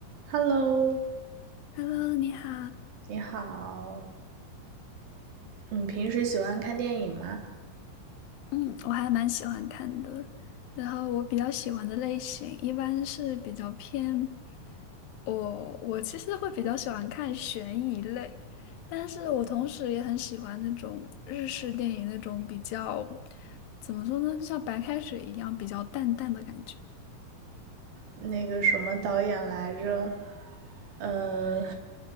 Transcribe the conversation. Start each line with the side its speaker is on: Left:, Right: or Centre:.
Right: Hello，
Left: Hello，你好。
Right: 你好，你平时喜欢看电影吗？
Left: 嗯，我还蛮喜欢看的。然后我比较喜欢的类型一般是比较偏我，我其实会比较喜欢看悬疑类，但是我同时也很喜欢那种日式电影那种比较，怎么说呢，就像白开水一样比较淡淡的感觉。
Right: 那个什么导演来着？呃，